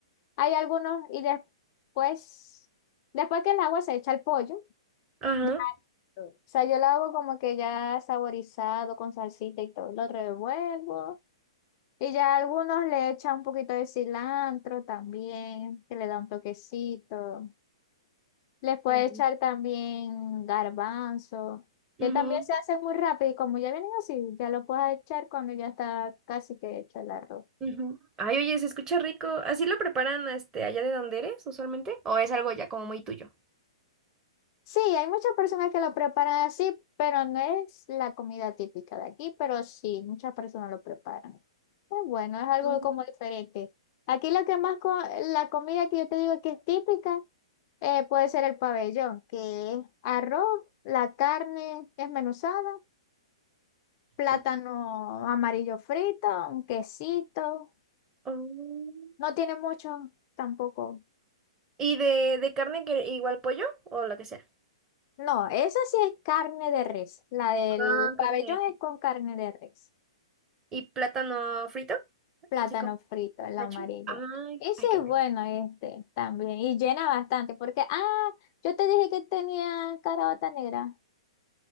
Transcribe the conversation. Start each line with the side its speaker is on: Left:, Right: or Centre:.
Left: Hay algunos y después, después que el agua se echa el pollo.
Right: Ajá.
Left: Ya. O sea, yo lo hago como que ya saborizado con salsita y todo. Lo revuelvo. Y ya algunos le echan un poquito de cilantro también, que le da un toquecito. Les puede
Right: Mm,
Left: echar también garbanzo, que
Right: ujú,
Left: también se hace muy rápido. Y como ya vienen así, ya lo puedes echar cuando ya está casi que hecho el arroz.
Right: ujú. Ay, oye, se escucha rico. ¿Así lo preparan este allá de donde eres usualmente? ¿O es algo ya como muy tuyo?
Left: Sí, hay muchas personas que lo preparan así, pero no es la comida típica de aquí, pero sí, muchas personas lo preparan. Es bueno, es algo
Right: Mm,
Left: como diferente. Aquí lo que más, co- la comida que yo te digo que es típica, eh, puede ser el pabellón, que es arroz, la carne desmenuzada, plátano
Right: ah,
Left: amarillo frito, un quesito.
Right: oh.
Left: No tiene mucho tampoco.
Right: ¿Y de, de carne que igual pollo o lo que sea?
Left: No, esa sí es carne de res. La del
Right: No,
Left: pabellón
Right: carne.
Left: es con carne de res.
Right: ¿Y plátano frito?
Left: Plátano
Right: Así como
Left: frito, el
Right: macho.
Left: amarillo.
Right: Ay,
Left: Ese
Right: hay que
Left: es
Right: ver.
Left: bueno este también y llena bastante porque, ah, yo te dije que tenía caraota negra.